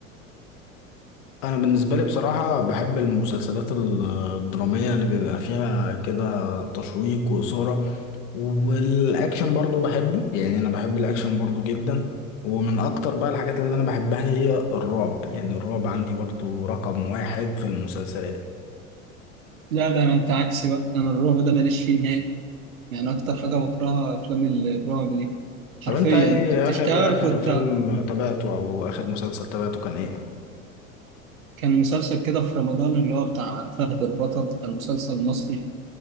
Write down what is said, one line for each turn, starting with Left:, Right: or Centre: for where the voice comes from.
Left: انا بالنسبه لي بصراحه بحب المسلسلات ال- الدراميه اللي بيبقى فيها كده تشويق واثاره والاكشن برضو بحبه يعني انا بحب الاكشن برضو جدا ومن اكتر بقى الحاجات اللي انا بحبها هي الرعب يعني الرعب عندي برضو رقم واحد في المسلسلات
Right: لا ده انا انت عكسي بقى انا الرعب ده ماليش فيه نهائي يعني اكتر حاجه بكرهها افلام الرعب دي
Left: طب
Right: حرفيا
Left: انت ايه
Right: كانت تشتغل
Left: اخر اخر
Right: كنت
Left: فيلم تابعته او اخر مسلسل تابعته كان ايه
Right: كان مسلسل كده في رمضان اللي هو بتاع فهد البطل كان مسلسل مصري